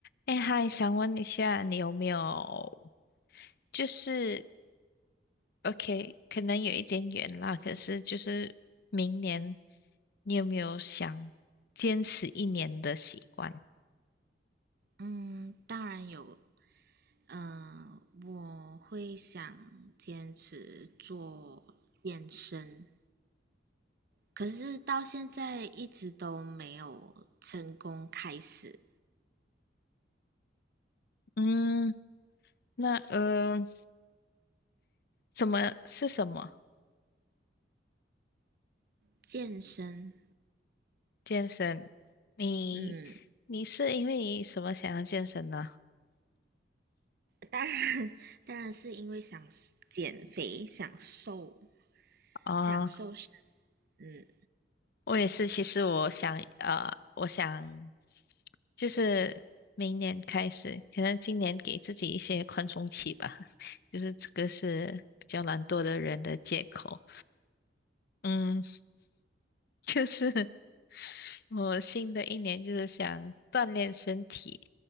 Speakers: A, on the left (about 60°); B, on the right (about 60°).
A: 哎，嗨，想问一下，你有没有就是，OK，可能有一点远啦，可是就是明年你有没有想坚持一年的习惯？
B: 嗯，当然有。嗯、我会想坚持做健身，可是到现在一直都没有成功开始
A: 嗯，那呃，什么是什么
B: 健身。
A: 健身？你你是因为什么想要健身呢？
B: 嗯，当然，当然是因为想减肥、想瘦、
A: 啊？
B: 想瘦身。嗯，
A: 我也是，其实我想，呃，我想就是明年开始，可能今年给自己一些宽松期吧，<laughs> 就是这个是比较懒惰的人的借口。嗯，就是我新的一年就是想锻炼身体，